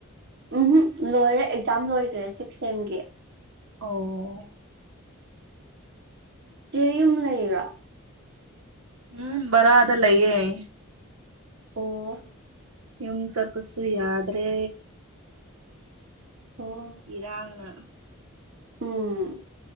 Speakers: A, on the right; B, on the right.
A: ꯎꯝꯝ ꯂꯣꯏꯔꯦ ꯑꯦꯛꯖꯥꯝ ꯂꯣꯏꯈ꯭ꯔꯦ ꯁꯤꯛꯁ ꯁꯦꯝꯒꯤ
B: ꯑꯣ
A: ꯆ ꯌꯨꯝ ꯂꯩꯔꯣ
B: ꯎꯝ ꯔꯑꯗꯂꯌꯦꯦ
A: ꯑꯣ
B: ꯏꯝ ꯁꯄꯁꯨ ꯌꯥꯗ꯭ꯔꯦ
A: ꯑꯣ
B: ꯏꯔꯥꯡꯅ
A: ꯎꯝ